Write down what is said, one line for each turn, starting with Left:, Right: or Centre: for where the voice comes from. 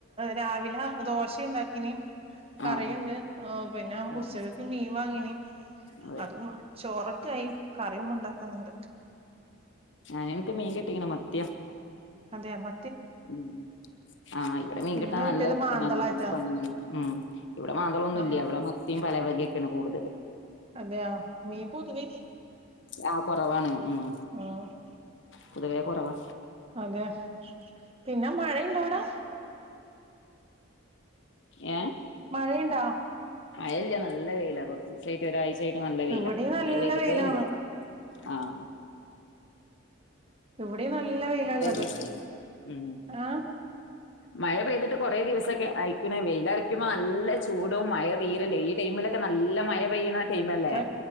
Right: രാവിലെ ദോശയുണ്ടാക്കി ഇനി കറിയുണ്ട്
Left: ആഹ്
Right: പിന്നെ
Left: ആഹ്
Right: ഉച്ചകൽത്തേക്ക് മീൻ വാങ്ങീന്
Left: അതെ
Right: അതും ചോറ് - ക <unintelligible> കറി ഉമ്മ ഉണ്ടാക്കുന്നുണ്ട്
Left: ഞാൻ എനിക്ക് മീൻ കിട്ടിയേക്കണ് മത്തിയാ
Right: അതേയോ മ
Left: ഉം ആഹ് ഇവിടെ മീകിട്ടാ
Right: ഇന്ന് കിട്ടിയത്
Left: നല്ല
Right: മാന്തളായിട്ടാ
Left: ആഹ് പണ്യാണ് ഉം ഇവിടെ മാന്തൊളൊന്നുല്ല്യ
Right: ആ
Left: ഇവിടെ മത്തീം പലവകെക്കെണ് കൂട്തല്
Right: അതെയോ മീൻ പൊതുവെ
Left: ആഹ് കൊറവാണ് ഉം
Right: <unintelligible>
Left: പൊതുവേ കൊറവാ
Right: അതെ പിന്നെ മഴ ഉണ്ടോ അവിടാ
Left: ഏ
Right: മഴയുണ്ടാ
Left: മഴഇല്ല നല്ല വായിലാ കുറച്ച ദിവസമായിട്ട് ഒരാഴ്ച ആായിട്ട് നല്ല വെയില
Right: ഇവിടെ നല്ല
Left: മഴ പയ്തിട്ടാഇല്ല
Right: വെയിലാണ്
Left: ആഹ
Right: ഇവിടെയും നല്ല വെയിലള്ളത്
Left: ദിവസായി ഉം
Right: ആഹ
Left: മഴ പെയ്തിട്ട് കുറേ ദിവസൊക്കെ അയക്കണേ വെയില അരക്കുമോ നല്ല ചൂടും <unintelligible> ഗെയിമിലൊക്കെ നല്ല മഴ പെയ്യുന്ന ടൈം
Right: അത്
Left: അല്ലേ